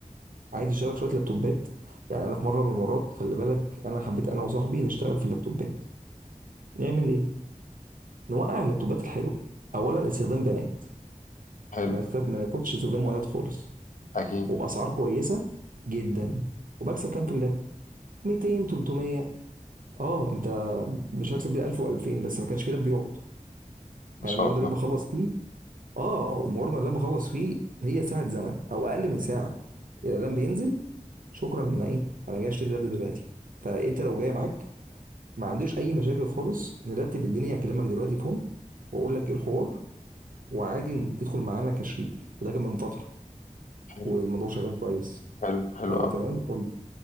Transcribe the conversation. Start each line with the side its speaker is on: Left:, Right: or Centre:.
Right: عايز اشتغل في شويه لابتوبات يعني انا في مره من المرات خلي بالك انا حبيت انا وصاحبي نشتغل في اللابتوبات نعمل ايه نوقع اللابتوبات الحلوه اولا استخدام بنات
Left: حلو
Right: ما نختار ما ناخدش استخدام ولد خالص
Left: اكيد
Right: وباسعار كويسه جدا وبكسب كام في اللاب 200 300 اه انت مش هكسب بيه 1000 و2000 بس ما كانش في لاب بيقعد
Left: ما
Right: يعني
Left: شاء
Right: مجرد اللاب
Left: الله
Right: بخلص فيه اه ومجرد ما اللاب بخلص فيه هي ساعه زمن او اقل من ساعه الاعلان بينزل شكرا انا ايه انا جاي اشتري اللاب ده دلوقتي فانت لو جاي معاك ما عنديش اي مشاكل خالص نرتب الدنيا هكلمك دلوقتي فون واقول لك ايه الحوار وعادي إن تدخل معانا كشريك وده كان من فتره
Left: حلو
Right: والموضوع شغال كويس
Left: حلو حلو
Right: فلو
Left: قوي
Right: تمام قول لي